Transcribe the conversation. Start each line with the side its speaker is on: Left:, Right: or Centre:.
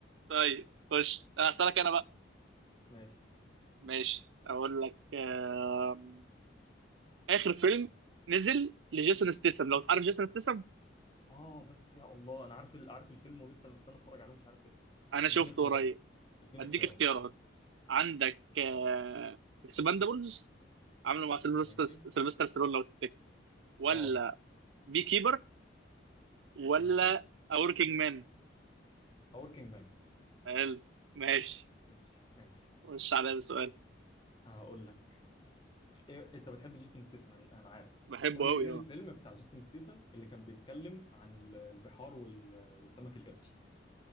Right: طيب خش اسالك انا بقى
Left: ماشي
Right: ماشي اقول لك آم، اخر فيلم نزل لجيسون ستيسم لو تعرف جيسون ستيسم
Left: اه بس يا الله انا عارف ال- عارف الفيلم ولسه مستني اتفرج عليه ومش عارف اسمه
Right: انا شفته
Left: اديني اختيارات
Right: قريب
Left: اديني
Right: هديك
Left: اختيارات
Right: اختيارات عندك آه، اكسباندابلز عامله مع سيلفستر
Left: ماشي
Right: سيلفستر ستالون لو تفتكر ولا
Left: اه
Right: بي كيبر ولا
Left: ماشي
Right: A Working Man
Left: وركينج مان
Right: قال ماشي
Left: ماشي ماشي
Right: خش عليا بسؤال
Left: هقول لك إيه انت بتحب جيسون ستيسن انا أنا عارف
Right: بحبه
Left: قول
Right: قوي
Left: لي ايه الفيلم
Right: اه
Left: بتاع جيسون ستيسن اللي كان بيتكلم عن ال- البحار وال... والسمك القرش